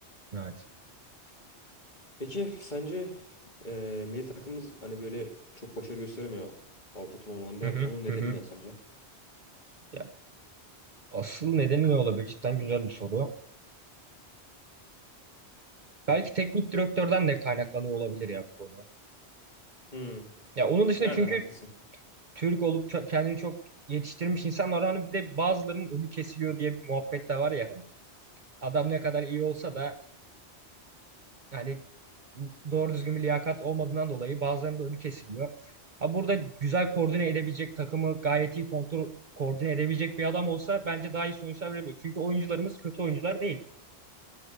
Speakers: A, on the right; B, on the left.
A: Evet.
B: Peki sence e, milli takımımız hani böyle çok başarı gösteremiyor Avrupa turnuvalarında.
A: Hı hı
B: Onun nedeni
A: hı. hı.
B: ne sence?
A: Ya asıl nedeni ne olabilir? Cidden güzel bir soru. Belki teknik direktörden de kaynaklanıyor olabilir ya bu konu.
B: Hı.
A: Ya onun dışında
B: Yani
A: çünkü
B: haklısın.
A: Türk olup çok, kendini çok yetiştirmiş insanlar var. hani bir de bazılarının önü kesiliyor diye bir muhabbet de var ya hani. Adam ne kadar iyi olsa da Yani doğru düzgün bir liyakat olmadığından dolayı bazılarında önü kesiliyor. Ha burada güzel koordine edebilecek takımı gayet iyi kontrol koordine edebilecek bir adam olsa bence daha iyi sonuçlar verebilir. Çünkü oyuncularımız kötü oyuncular değil.